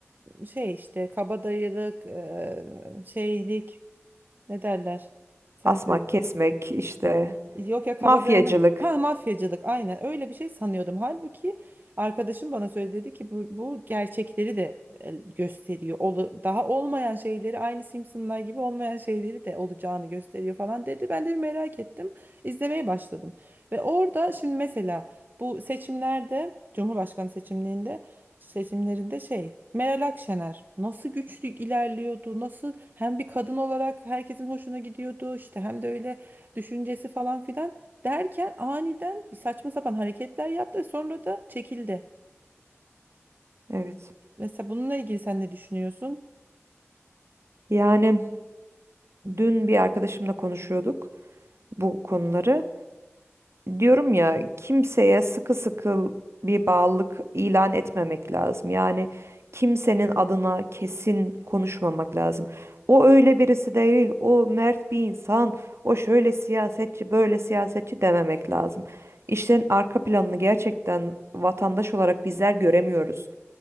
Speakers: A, on the right; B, on the right.
A: e, şey işte kabadayılık e, şeylik ne derler? Sen
B: Asmak,
A: söyle.
B: kesmek, işte
A: Yok ya kabadayının
B: mafyacılık.
A: ha mafyacılık aynen öyle bir şey sanıyordum. Halbuki arkadaşım bana söyledi dedi ki bu, bu gerçekleri de e, gösteriyor. Olu- daha olmayan şeyleri aynı Simpsonlar gibi olmayan şeyleri de olacağını gösteriyor falan dedi. Ben de bir merak ettim. İzlemeye başladım. Ve orada şimdi mesela bu seçimlerde Cumhurbaşkanı seçimliğinde seçimlerinde şey Meral Akşener nasıl güçlü ilerliyordu nasıl hem bir kadın olarak herkesin hoşuna gidiyordu işte hem de öyle düşüncesi falan filan derken aniden bir saçma sapan hareketler yaptı ve sonra da çekildi.
B: Evet.
A: Mesela bununla ilgili sen ne düşünüyorsun?
B: Yani dün bir arkadaşımla konuşuyorduk bu konuları. diyorum ya kimseye sıkı sıkı bir bağlılık ilan etmemek lazım. Yani kimsenin adına kesin konuşmamak lazım. O öyle birisi değil, o mert bir insan, o şöyle siyasetçi, böyle siyasetçi dememek lazım. İşlerin arka planını gerçekten vatandaş olarak bizler göremiyoruz.